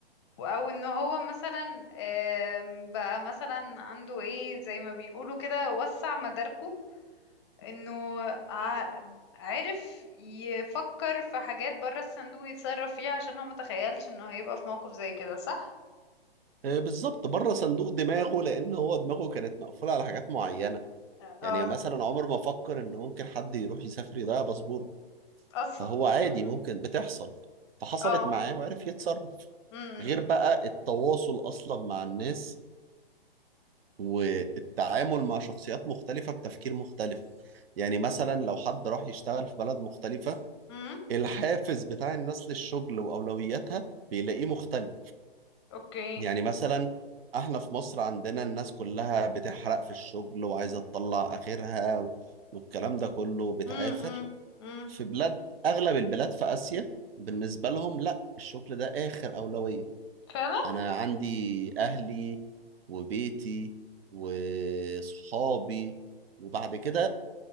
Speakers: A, on the left (about 25°); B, on the right (about 70°).
A: و- او ان هو مثلا آم، بقى مثلا عنده ايه زي ما بيقولوا كده وسع مداركه انه ع- عرف يفكر في حاجات بره الصندوق يتصرف فيها عشان هو متخيلش انه هيبقى في موقف زي كده صح؟
B: آه، بالظبط بره صندوق دماغه لأن هو دماغه كانت مقفولة على حاجات معينة
A: اه
B: يعني مثلا عمر ما فكر ان ممكن حد يروح يسافر يضيع باسبوره
A: اصلا
B: فهو عادي
A: <laughs>
B: ممكن بتحصل فحصلت
A: اه
B: معاه وعرف يتصرف
A: امم
B: غير بقى التواصل اصلا مع الناس والتعامل مع شخصيات مختلفة بتفكير مختلف يعني مثلا لو حد راح يشتغل في بلد مختلفة
A: امم
B: الحافز بتاع الناس للشغل واولوياتها بيلاقيه مختلف
A: اوكي
B: يعني مثلا احنا في مصر عندنا الناس كلها بتحرق في الشغل وعايزة تطلع اخرها والكلام ده كله بتعافر
A: امم امم
B: في بلاد اغلب البلاد في اسيا بالنسبه لهم لا الشغل ده اخر اولويه
A: فعلا
B: انا عندي اهلي وبيتي وصحابي وبعد كده